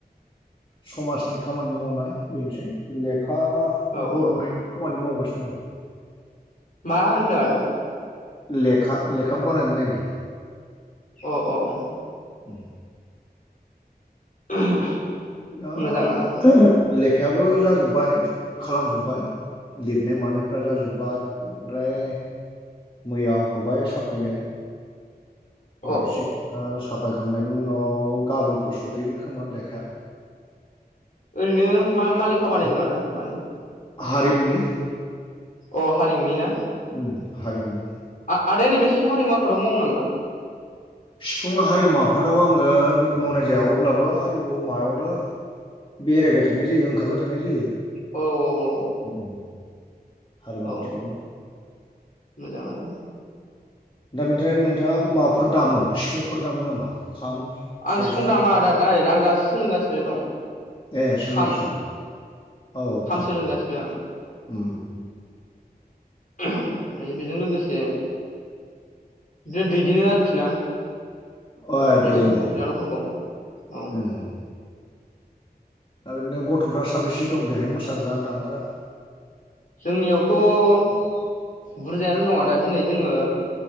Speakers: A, on the left; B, on the left.
A: समाजनि खामानि मावनाय बेनोसै लेखा
B: औ
A: बर'नायनि
B: औ
A: खामानि मावगासिनो दं
B: मा होनदो आदा
A: लेखा-लेखा बानायनो नागिरदों
B: अ अ अ
A: उम
B: <unintelligible>
A: ओ
B: मोजां आदा मोजां
A: <unintelligible> लेखायाबो जाजोब्बाय खालामजोबबाय लिदनाय मानायफ्रा जाजोब्बाय द्राय मैया हरबाय साफायनो <unintelligible>
B: अ
A: साफायखांनायनि उनाव गाबोनफोर सफैगोन खोमा लेखाया
B: ओरैनो मा मा लिखा बानायदों
A: आं
B: आदा मानि
A: हारिमुनि
B: अ हारिमुनि ना
A: उम हारिमुनि।
B: आ-आदाया नैबे सिफुं हारिमु आफादाव मावो नामा?
A: सिफुं हारिमु आफादाव आङो बिदि मावनाय जाया अब्लाबो हारिमु मायावनो बेरायबाय थानाय जायो ओंखारबाय थानाय जायो।
B: औ औ औ औ
A: उम हारिमु
B: औ
A: बिथिंआवनो
B: मोजां आनो
A: दा बेनिफ्राय नोंथाङा माफोर दामो सिफुंफोर दामो नामा खाम
B: आं
A: सेरजा
B: सिफुं दामा आदा <unintelligible> आं दासो सोलोंगासिनो दं
A: ए सोलोंगासिनो
B: खाम
A: औ खाम
B: सोलोंगासिनो आं
A: उम उम उम
B: <unintelligible> ओमफाय बेजों लोगोसे दे - दैदेनो आरोखि ना
A: अ ए
B: फंबायफोरखौ
A: दैदिनो
B: बिनानावफोरखौ औ
A: उम उम दा बिदिनो गथ'फ्रा साबेसे दं बेहाय मोसाग्रा दामग्रा?
B: जोंनियावथ' बुरजायानो दं आदा दिनै जोङो